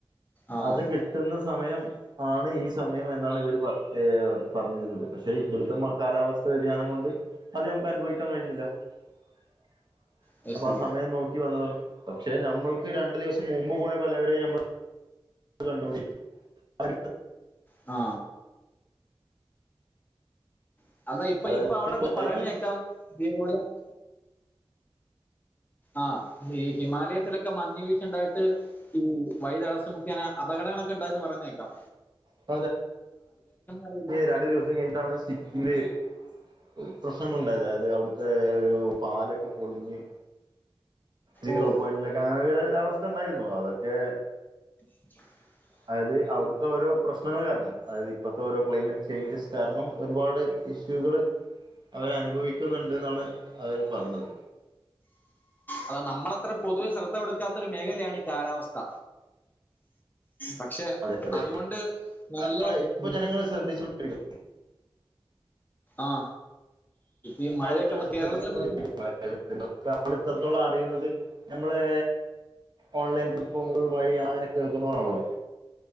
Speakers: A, on the left; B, on the right.
A: ആ
B: അത്
A: ഓ
B: കി ട്ട്ന്ന സമയം ആണ് ഈ സമയം എന്നാണ് ഇവര് പറ ഏഹ് പറഞ്ഞിരുന്നത് പക്ഷെ ഇവ്ട്ത്തെ കാലാവസ്ഥ വ്യതിയാനം കൊണ്ട് അത് ഞമക്ക് അനുഭവിക്കാ കഴിയുന്നില്ല. <inaudible>
A: അത്
B: അപ്പൊ
A: ശരി
B: ആ സമയം നോക്കി <unintelligible> പക്ഷെ ഞമ്മൾക്ക് രണ്ടു <unintelligible> <unintelligible> മുമ്പ് പോയ <unintelligible> <unintelligible>
A: ആ <unintelligible> ഇപ്പ
B: അതായത്
A: ഇപ്പ അവിടൊക്കെ
B: ക്ലൈമറ്റ്
A: പറയണ കേക്കാം <unintelligible> ആ ഈ ഹിമാലയത്തിലൊക്കെ മഞ്ഞ് വിയ്‌ചണ്ടായിട്ട് <unintelligible> അപകടങ്ങളൊക്കെ ഉണ്ടായെന്ന് പറയുന്നേ കേക്കാം
B: <unintelligible>
A: അറിയില്ല
B: രണ്ട് ദിവസം കൈഞ്ഞിട്ട് അവടെ <unintelligible> <unintelligible> പ്രശ്നങ്ങളുണ്ടായത് <unintelligible> അവിട്തെ ഒരു പാലൊക്കെ പൊളിഞ്ഞ് സീറോ
A: ഓ
B: പോയിന്റിലൊക്കെ അങ്ങനൊക്കെ ഒരവസ്ഥ ണ്ടായിരുന്നു അതൊക്കെ
A: <inaudible>
B: അതായത് അവിട്ത്തെ ഓരോ പ്രശ്നങ്ങള് <unintelligible> <unintelligible> ഇപ്പത്തെ ഓരോ ക്ലൈമറ്റ് ചേഞ്ചസ് കാരണം ഒരുപാട് ഇഷ്യൂകള് അവര് അനുഭവിക്കുന്നുണ്ട് ന്നാണ് അവര് പറണത്
A: അതാ നമ്മളത്ര പൊതുവെ ശ്രദ്ധ കൊടുക്കാത്ത ഒരു മേഖലയാണ് ഈ കാലാവസ്ഥ പക്ഷെ
B: അതെ അതെ,
A: അതുകൊണ്ട് നല്ല
B: നമ്മള് ഇപ്പൊ
A: <unintelligible>
B: ജനങ്ങൾ <inaudible>
A: ആ ഏ മഴയൊക്കെ
B: ആളുകൾ
A: <unintelligible>
B: ശ്രദ്ധിച്ചു
A: കേരളത്തിലെ <unintelligible>
B: <unintelligible> അറിയുന്നത് ഞമ്മളെ ഓൺലൈൻ <unintelligible>